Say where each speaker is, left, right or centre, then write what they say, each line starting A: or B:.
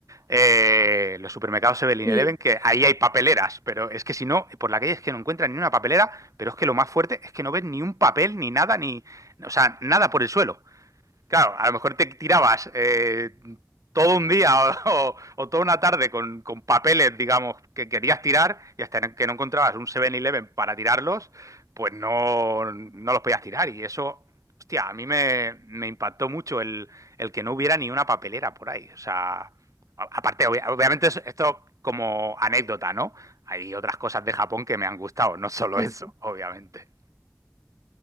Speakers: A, on the right (about 75°); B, in the centre.
A: eh, los supermercados 7-Eleven,
B: sí,
A: que ahí hay papeleras, pero es que si no, por la calle es que no encuentran ni una papelera, pero es que lo más fuerte es que no ves ni un papel, ni nada, ni, o sea, nada por el suelo. Claro, a lo mejor te tirabas eh, todo un día <laughs> o, o- o toda una tarde con, con papeles, digamos, que querías tirar y hasta que no encontrabas un 7-Eleven para tirarlos, pues no, no los podías tirar. Y eso, hostia, a mí me, me impactó mucho el, el que no hubiera ni una papelera por ahí. O sea, a- aparte, obvia- obviamente es- esto como anécdota, ¿no? Hay otras cosas de Japón que me han gustado, no solo
B: sí,
A: eso,
B: sí.
A: obviamente.